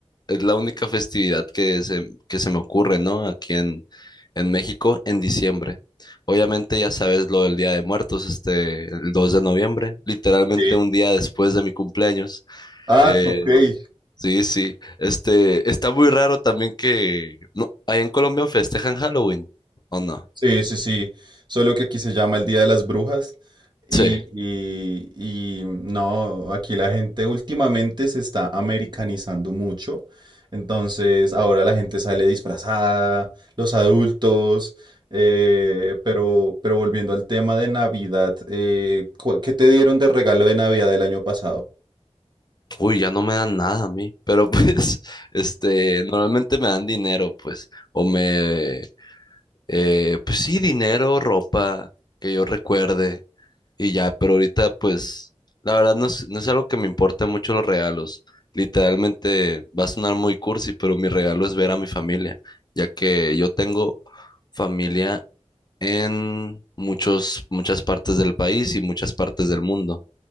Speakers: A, on the left; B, on the right.
A: es la única festividad que se, que se me ocurre, ¿no? Aquí en, en México, en diciembre. Obviamente ya sabes lo del Día de Muertos, este, el 2 de noviembre, literalmente
B: Sí.
A: un día después de mi cumpleaños.
B: Ah,
A: Eh,
B: ok. Ajá.
A: Sí, sí. Este, está muy raro también que no, allá en Colombia festejan Halloween, ¿o no?
B: Sí, sí, sí. Solo que aquí se llama el Día de las Brujas. Y,
A: Sí.
B: y- y, mm, no, aquí la gente últimamente se está americanizando mucho. Entonces, ahora la gente sale disfrazada, los adultos. eh, pero, pero volviendo al tema de Navidad, eh, ¿cu- ¿qué te dieron de regalo de Navidad del año pasado?
A: Uy, ya no me dan nada a mí, pero pues, <laughs> este, normalmente me dan dinero, pues, o me, eh, pues sí, dinero, ropa, que yo recuerde, y ya, pero ahorita, pues, la verdad no es, no es algo que me importe mucho los regalos. Literalmente, va a sonar muy cursi, pero mi regalo es ver a mi familia, ya que yo tengo familia en muchos, muchas partes del país y muchas partes del mundo.